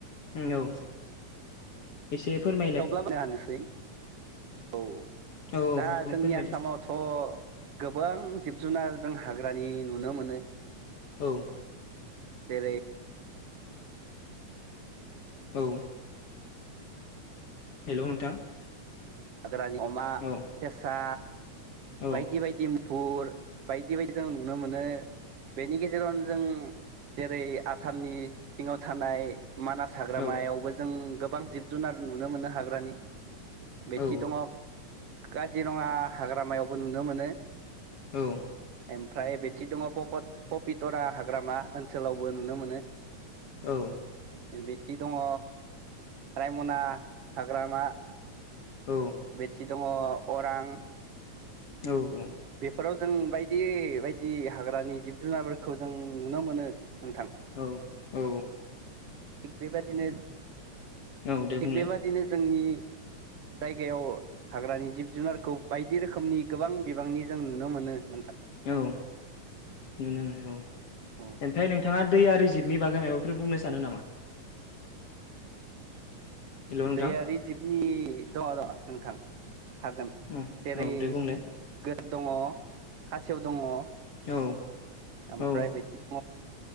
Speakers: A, on the left (about 55°); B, on the right (about 60°).
A: औ एसे फोरमायलाय
B: थेवब्ला <unintelligible> हानोसै औ
A: औ औ
B: दा जोंनि
A: फोरमायदो
B: आसामावथ' गोबां जिब जुनार जों हाग्रानि नुनो मोनो।
A: औ
B: जेरै
A: औ हेल' नोंथां
B: गोरानि अमा
A: औ
B: केेसा
A: औ
B: बायदि बायदि पुर बायदि बायदि जों नुनो मोनो बेनि गेजेरावनो जों जेरै आसामनि सिङाव थानाय मानास हाग्रामायावबो
A: औ
B: जों गोबां जिब जुनार नुनो मोनो हाग्रानि बेथि
A: औ
B: दङग काजिरङा हाग्रामायाव खौ नुनो मोनो।
A: औ
B: एमफ्राय बेथि दङ पपत पपितरा हाग्रामा ओनसोलावबो नुनो मोनो।
A: औ
B: बिथि दङ रायमना हाग्रामा
A: औ
B: बेथि दङ अरां
A: औ औ
B: बेफोराव जों बायदि बायदि हाग्रानि जिब जुनारफोरखौ जों नुनो मोनो। नोंथां
A: औ ओ
B: थिग बेबादिनो
A: औ दे
B: थिग
A: बुंलाय
B: बेबादिनो जोंनि जायगायाव हाग्रानि जिब जुनारखौ बायदि रोखोमनि गोबां बिबांनि जों नुनो मोनो नोंथा
A: औ नुनो मोनो औ
B: औ
A: ओमफ्राय नोंथाङा दै आरो जिबनि बागै माबाफोर बुंनो सानो नामा? हेल' नोंथां
B: दैैयारि जिबनि दङ दङ नोंथां हागोन
A: औ
B: जेरै
A: औ दे बुंलाय
B: गो दङ खासेव दङ ओमफ्राय
A: औ औ
B: बेथि <unintelligible>